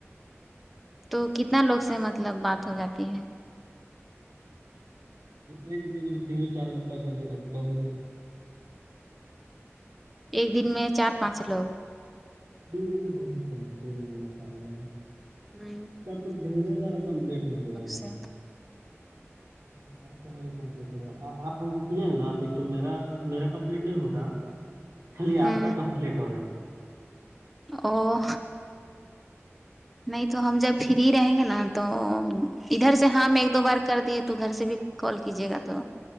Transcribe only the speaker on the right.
ایک بھی تین <unintelligible> چار گو کر لیجیے گا تو بہت
دو بھی بہت ہے <unintelligible> ت پارو
تو ڈھیر سارا کمپلیٹ ہو گیا
بار وہ کمپلیٹ ہو گیا آپ ہم کو کیے ہیں نا تو اس میں میرا میرا کمپلیٹ نہیں ہوگا خالی
آپ کا کمپلیٹ ہوگا